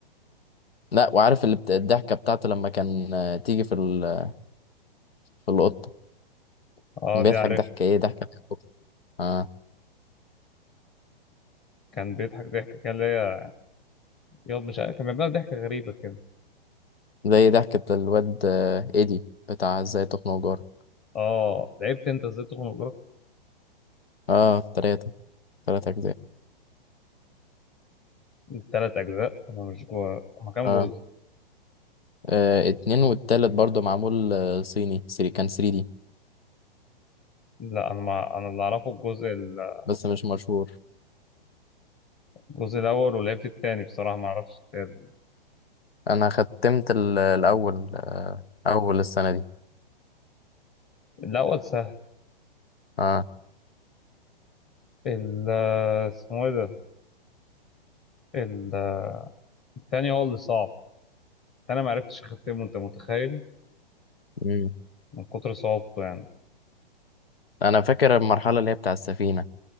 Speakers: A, on the left; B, on the left.
A: لا وعارف اللي بت... الضحكة بتاعته لما كان آه، تيجي في ال... في القطة
B: اه
A: كان
B: دي
A: بيضحك
B: عارف
A: ضحكة ايه ضحكة بتاعت القطة اه
B: كان بيضحك ضحكه كان ليا ياض مش عارف كان بيعمل ضحكه غريبه كده
A: زي ضحكة الواد آه، ايدي بتاع ازاي تخنق جار
B: اه لعبت انت ازاي تخنق جارك
A: اه تلاتة تلاتة اجزاء
B: التلات اجزاء انا مش جوا هما كام
A: اه
B: جزء
A: آه، اتنين والتالت برضو معمول آه، صيني سري كان 3D
B: لا انا ما انا اللي اعرفه الجزء ال-
A: بس مش مشهور
B: الجزء الاول ولعبت التاني بصراحه ما اعرفش التالت
A: انا ختمت ال- الاول آه، اول السنة دي
B: الاول سهل
A: اه
B: ال اسمه ايه ده ال- التاني هو اللي صعب انا ما عرفتش اختمه انت متخيل
A: مم.
B: من كتر صعوبته يعني
A: انا فاكر المرحلة اللي هي بتاع السفينة